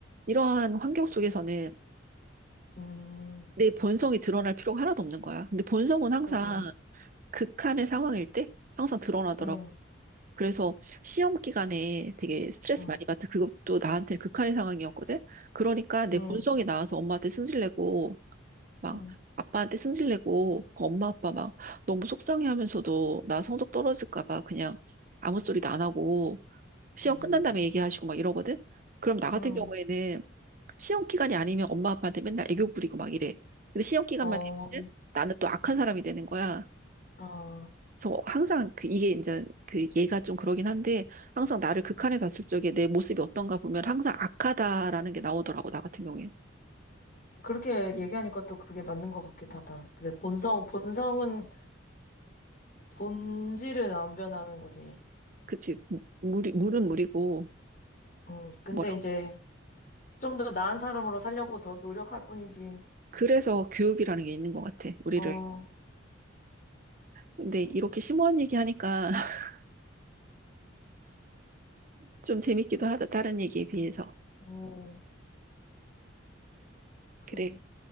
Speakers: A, on the right; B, on the left.
A: 이러한 환경 속에서는
B: 음,
A: 내 본성이 드러날 필요가 하나도 없는 거야. 근데 본성은 항상
B: 맞아.
A: 극한의 상황일 때 항상 드러나더라고.
B: 응,
A: 그래서 시험 기간에 되게 스트레스
B: 응,
A: 많이 받아. 그것도 나한테 극한의 상황이었거든. 그러니까 내
B: 응,
A: 본성이 나와서 엄마한테 승질내고 막
B: 응,
A: 아빠한테 승질내고 그 엄마 아빠 막 너무 속상해하면서도 나 성적 떨어질까 봐 그냥 아무 소리도 안 하고 시험
B: 맞아.
A: 끝난 다음에 얘기하시고 막 이러거든. 그럼 나 같은
B: 응,
A: 경우에는 시험 기간이 아니면 엄마 아빠한테 맨날 애교 부리고 막 이래. 근데 시험 기간만
B: 어,
A: 되면은 나는 또 악한 사람이 되는 거야.
B: 어,
A: 그래서 항상 그 이게 이제 그 얘가 좀 그러긴 한데 항상 나를 극한에 뒀을 적에 내 모습이 어떤가 보면 항상 악하다라는 게 나오더라고 나 같은 경우에.
B: 그렇게 얘기하니까 또 그게 맞는 것 같기도 하다. 이제 본성, 본성은, 본질은 안 변하는 거지.
A: 그치 물이 물은 물이고
B: 응, 근데
A: 뭐라고?
B: 이제 좀 더 나은 사람으로 살려고 더 노력할 뿐이지.
A: 그래서 교육이라는 게 있는 것 같아, 우리를.
B: 어,
A: 근데 이렇게 심오한 얘기 하니까 <laughs> 좀 재밌기도 하다, 다른 얘기에 비해서.
B: 어, 그,
A: 그래,